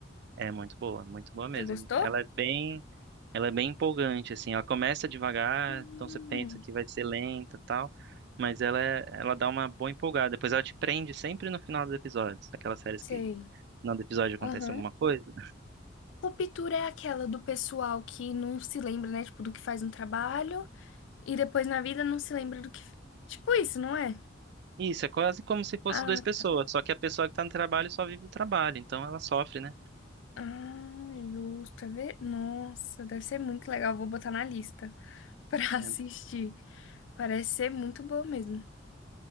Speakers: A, on the right (about 60°); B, on the left (about 75°).
A: É muito boa, muito boa mesmo.
B: Você gostou?
A: Ela é bem Ela é bem empolgante, assim. Ela começa devagar,
B: Hum,
A: então você pensa que vai ser lenta e tal, mas ela é- ela dá uma boa empolgada. Depois ela te prende sempre no final dos episódios, aquelas séries
B: Sei.
A: que no final do episódio acontece
B: Aham.
A: alguma coisa.
B: Ruptura é aquela do pessoal que não se lembra, né? Tipo, do que faz no trabalho e depois na vida não se lembra do que. Tipo isso, não é?
A: Isso, é quase como se fosse
B: Ah,
A: duas pessoas,
B: tá.
A: só que a pessoa que tá no trabalho só vive o trabalho, então ela sofre, né?
B: Ah, justo. É ver... Nossa, deve ser muito legal. Vou botar na lista <laughs> pra assistir.
A: É.
B: Parece ser muito boa mesmo.